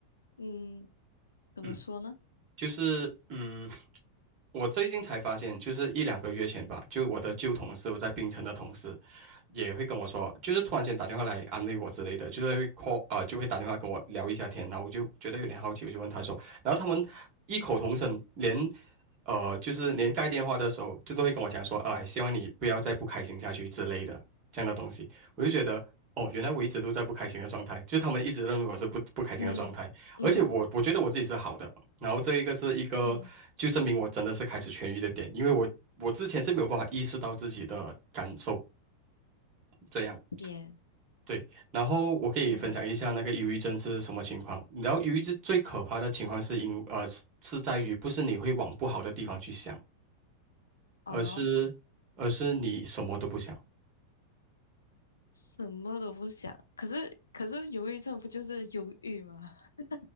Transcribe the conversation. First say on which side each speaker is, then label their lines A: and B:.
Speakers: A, on the left; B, on the right.
A: 嗯，怎么说呢？
B: 嗯。就是嗯，我最近才发现，就是一两个月前吧，就我的旧同事，我在槟城的同事，也会跟我说，就是突然间打电话来安慰我之类的，就是会 call 啊、就会打电话跟我聊一下天，然后我就觉得有点好奇，我就问他说，然后他们异口同声，连呃，就是连盖电话的时候，就都会跟我讲说，啊、希望你不要再不开心下去之类的这样的东西，我就觉得。哦，原来我一直都在不开心的状态，就是他们一直认为我是不不开心的状态，
A: 嗯嗯
B: 而且我我觉得我自己是好的，然后这一个是一个就证明我真的是开始痊愈的点，
A: 嗯，
B: 因为我我之前是没有办法意识到自己的感受这样。
A: 天
B: 对，然后我可以分享一下那个忧郁症是什么情况。
A: 嗯
B: 然后忧郁症最可怕的情况是因呃是是在于不是你会往不好的地方去想，而是而是你什么都不想。
A: 哦，什么都不想。可是可是，忧郁症不就是忧郁吗？<laughs>